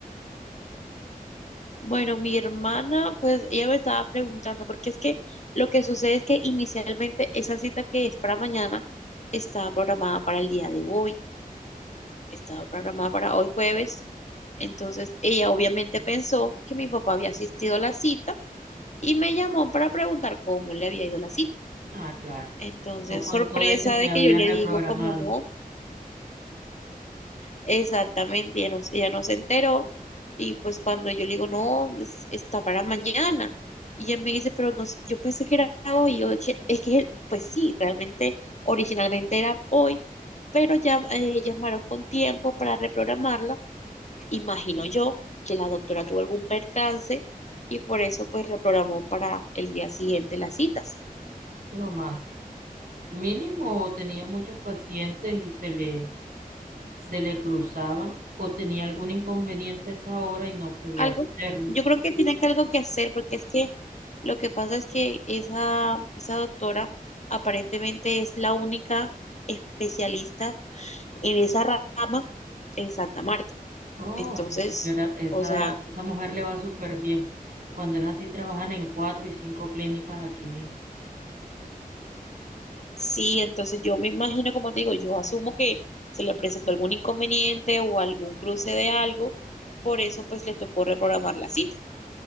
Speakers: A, on the left (about 50°); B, on the right (about 70°).
A: Bueno, mi hermana, pues ella me estaba preguntando, porque es que lo que sucede es que inicialmente esa cita que es para mañana estaba programada para el día de hoy, estaba programada para hoy jueves. Entonces ella obviamente pensó que mi papá había asistido a la cita y me llamó para preguntar cómo le había ido la cita.
B: Ah, claro.
A: Entonces,
B: No contó
A: sorpresa
B: de que se
A: de
B: la
A: que
B: habían
A: yo le
B: reprogramado.
A: digo, como no. Exactamente, ella no, ella no se enteró y pues cuando yo le digo, no, es- está para mañana, y ella me dice, pero no, s- yo pensé que era hoy, y yo, "Es que, es que, pues sí, realmente originalmente era hoy, pero ya eh, llamaron con tiempo para reprogramarla, imagino yo que la doctora tuvo algún percance y por eso pues reprogramó para el día siguiente las citas.
B: Lo más mínimo, tenía muchos pacientes y se le se le cruzaban o tenía algún inconveniente a esa hora y no podía
A: Algo,
B: atenderlo.
A: yo creo que tiene que algo que hacer, porque es que lo que pasa es que esa, esa doctora aparentemente es la única especialista en esa rama en Santa Marta.
B: Oh,
A: Entonces,
B: esa señora, esa,
A: o sea,
B: esa mujer le va súper bien. Cuando es así, trabajan en cuatro y cinco clínicas aquí mismo.
A: sí, entonces yo me imagino, como te digo, yo asumo que se le presentó algún inconveniente o algún cruce de algo, por eso pues le tocó reprogramar la cita.